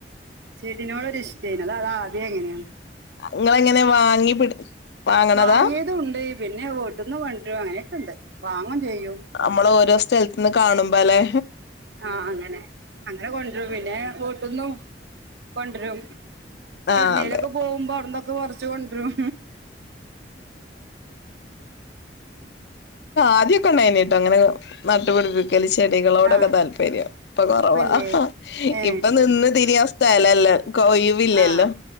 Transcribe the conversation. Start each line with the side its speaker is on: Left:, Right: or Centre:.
Right: ചെടിനോടൊരു ഇഷ്ട്ടായിനിം അതാ അതാധ്യേ അങ്ങനേണ്
Left: ഇങ്ങളെങ്ങനെ വാങ്ങി പിടി വാങ്ങണതാ
Right: വാങ്ങിയതുണ്ട് പിന്നെ വീട്ട്ന്ന് കൊണ്ടരും അങ്ങനെയൊക്കെണ്ട് വാങ്ങും ചെയ്യും
Left: നമ്മള് ഓരോ സ്ഥലത്ത്ന്ന് കാണുമ്പോല്ലെ
Right: ആ അങ്ങനെ അങ്ങനെ കൊണ്ടരും പിന്നെ വീട്ട്ന്നും കൊണ്ടരും
Left: ആഹ്
Right: എവിട്ന്നേലൊക്കെ
Left: അതെ
Right: പോകുമ്പോ അവിടന്നൊക്കെകൊറച്ച് കൊണ്ടുരും
Left: ആദ്യൊക്കെ ഉണ്ടായിനിട്ടോ അങ്ങനെ നട്ടുപിടിപ്പി ക്കൽ ചെടികളോടൊക്കെ
Right: ആ
Left: താല്പര്യം ഇപ്പൊകൊറവാ
Right: ഇപ്പല്ലേ ഏ
Left: ഇപ്പൊനിന്ന് തിരിയാ സ്ഥലല്ല ഒഴിവില്ലല്ലോ
Right: ആ